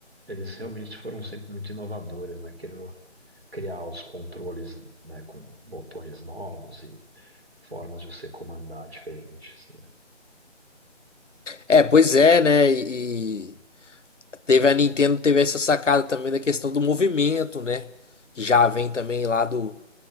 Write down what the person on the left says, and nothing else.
É, pois é, né? E e teve a Nintendo teve essa sacada também da questão do movimento, né? Que já vem também lá do,